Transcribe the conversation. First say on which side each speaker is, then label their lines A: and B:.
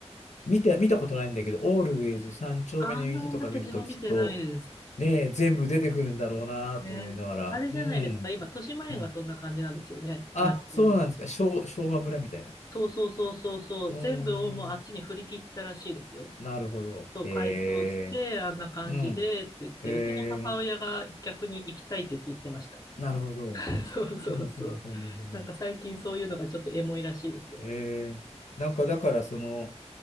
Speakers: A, on the left; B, on the left.
A: 見て、見たことないんだけど、オールウェイズ三丁目の夕日とか見るときっと、
B: ああ、私も見てないです。
A: ね、全部出てくるんだろうなと思いながら、
B: ね。あれじゃないですか、
A: うん。
B: 今、豊島園がそんな感じなんですよね、
A: うんあ、
B: 話によると。
A: そうなんですか。昭、昭和村みたいな。
B: そうそうそうそうそう、
A: うーん、
B: 全部をもうあっちに振り切ったらしいですよ。
A: なるほど。
B: そう、
A: へ
B: 改装して、
A: え、
B: あんな感じでって言って、
A: うん、へ
B: うちの母親が逆に行きたいって言って言ってました。
A: え、なるほど。
B: <laughs> そうそうそう。
A: そうもそうもそうもそうも。
B: なんか最近そういうのがちょっとエモいらしいですよ。
A: えー、なんかだからその、